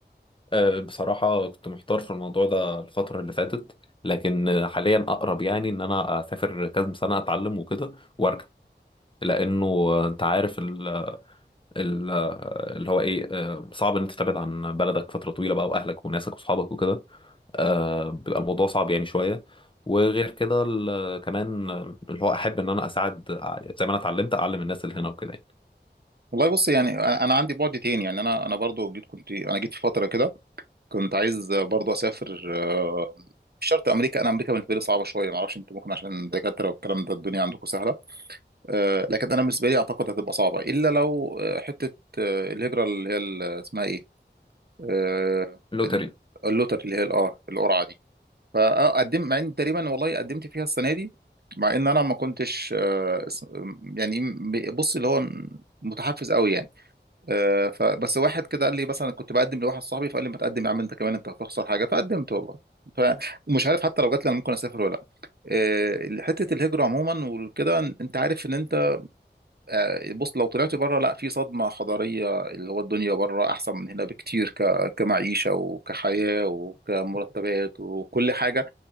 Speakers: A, on the left; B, on the right.
A: آه، بصراحة كنت محتار في الموضوع ده الفترة اللي فاتت لكن آه، حاليا أقرب يعني إن أنا أسافر كذا سنة أتعلم وكده وأرجع لأنه آه، أنت عارف ال ال اللي هو إيه آه، صعب إن أنت تبعد عن بلدك فترة طويلة بقى وأهلك وناسك وأصحابك وكده آه، بيبقى الموضوع صعب يعني شوية وغير كده ال- كمان آه، اللي هو أحب إن أنا أساعد آه، زي ما أنا اتعلمت أعلم الناس اللي هنا وكده يعني
B: والله بص يعني انا أنا عندي بعد تاني يعني انا انا برضو جيت كنت انا جيت في فترة كده كنت عايز برضو اسافر آه، مش شرط امريكا انا امريكا بالنسبه لي صعبه شويه ما اعرفش انت ممكن عشان دكاتره والكلام ده الدنيا عندكم سهله آه، لكن انا بالنسبه لي اعتقد هتبقى صعبه الا لو آه، حته آه، الهجره اللي هي ال- اسمها ايه آه،
A: لوتري
B: ال- اللوتر اللي هي الاه القرعه دي فقدمت مع ان تقريبا والله قدمت فيها السنه دي مع ان انا ما كنتش آه، اس- يعني م- بص اللي هو م- متحفز قوي يعني آه، فبس واحد كده قال لي مثلا كنت بقدم لواحد صاحبي فقال لي ما تقدم يا عم انت كمان انت هتخسر حاجه فقدمت والله فمش عارف حتى لو جات لي انا ممكن اسافر ولا لا آه، حته الهجره عموما وكده انت عارف ان انت آه، بص لو طلعت بره لا في صدمة حضارية اللي هو الدنيا بره أحسن من هنا بكتير ك... كمعيشة وكحياة وكمرتبات وكل حاجة